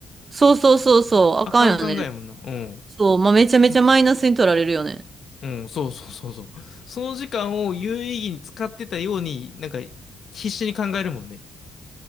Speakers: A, on the right; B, on the left.
A: そうそうそうそう、あかんよね。
B: あかん考えやもんな。うん。
A: そう、まあ、めちゃめちゃマイナスに取られるよね。
B: うん。うんそうそうそうそう。その時間を有意義に使ってたように、なんか必死に考えるもんね。